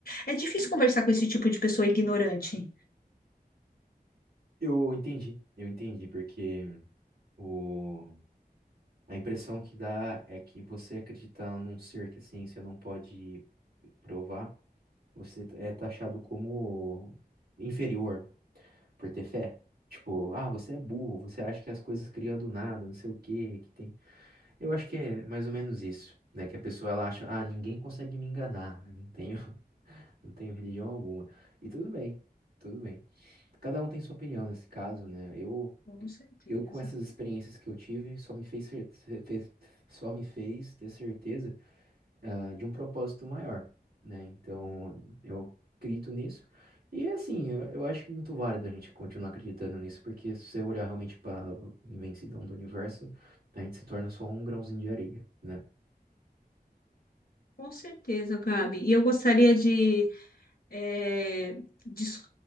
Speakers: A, on the left; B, on the right.
A: É é difícil conversar com esse tipo de pessoa ignorante.
B: Eu entendi, eu entendi, porque o... a impressão que dá é que você acreditar num ser que a ciência não pode provar, você é taxado como inferior, por ter fé. Tipo, ah, você é burro, você acha que as coisas criam do nada, não sei o que que tem. Eu acho que é mais ou menos isso, né? Que a pessoa ela acha, ah, ninguém consegue me enganar, eu não tenho, <laughs> não tenho religião alguma. E tudo bem, tudo bem. Cada um tem sua opinião nesse caso, né? Eu,
A: Com certeza.
B: eu com essas experiências que eu tive, só me fez, cer- fe- fez- só me fez ter certeza ah, de um propósito maior, né? Então, eu acredito nisso. E assim, eu, eu acho muito válido a gente continuar acreditando nisso, porque se você olhar realmente para a imensidão do universo, a gente se torna só um grãozinho de areia, né?
A: Com certeza, Gabi. E eu gostaria de, eh, dis-